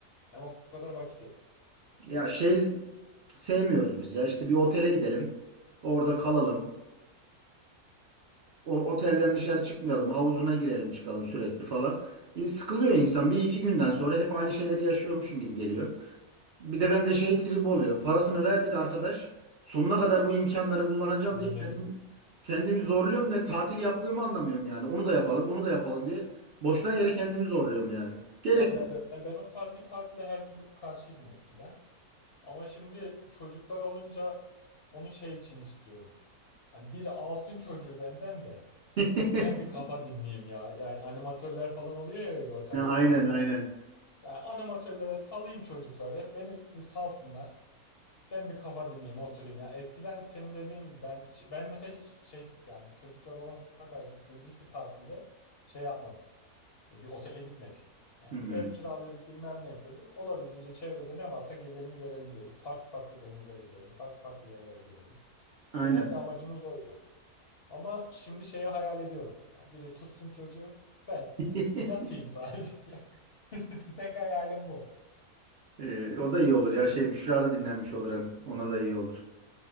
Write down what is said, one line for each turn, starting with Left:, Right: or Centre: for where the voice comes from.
Left: hem o kadar vakit yok.
Right: Ya şey sevmiyoruz biz ya. İşte bir otele gidelim. Orada kalalım. O otelden dışarı çıkmayalım. Havuzuna girelim çıkalım sürekli falan. E, sıkılıyor insan. Bir iki günden sonra hep aynı şeyleri yaşıyormuşum gibi geliyor. Bir de bende şey tribi oluyor. Parasını verdik arkadaş. Sonuna kadar bu imkanları kullanacağım diye
Left: Yemeliyiz.
Right: kendim, kendimi zorluyorum ve tatil yaptığımı anlamıyorum yani. Onu da yapalım, bunu da yapalım diye. Boştan yere kendimi zorluyorum yani. Gerek.
Left: Ya ben, ben, ben o tarz bir tatile her türlü karşıydım eskiden. Ama şimdi çocuklar olunca onu şey için istiyorum. Hani biri alsın çocuğu benden de
Right: <laughs>
Left: ben bir kafa dinleyeyim ya. Yani animatörler falan oluyor ya öyle otellerde
Right: Ha, Aynen,
Left: artık.
Right: aynen.
Left: Yani animatörlere salayım çocukları. Beni bir salsınlar. Ben bir kafa dinleyeyim, oturayım ya. Eskiden senin dediğin ben ben mesela hiç şey yani çocuklar olana kadar gittiğimiz hiçbir tatilde şey yapmadık. Böyle Bir otele gitmedik. Yani
Right: Hmm,
Left: bir ev kiralıyorduk, bilmem ne yapıyorduk. Olabildiğince çevrede ne varsa gezelim, görelim diyorduk. Farklı farklı denizlere girelim, farklı farklı yerlere görelim.
Right: aynen.
Left: Genelde amacımız oydu. Ama şimdi şeyi hayal ediyorum. Ya biri tutsun çocuğu, ben
Right: <laughs>
Left: yatayım sadece. <laughs> Tek hayalim bu.
Right: Ee, o da iyi olur ya. Şey Büşra da dinlenmiş olur hem. Ona da iyi olur.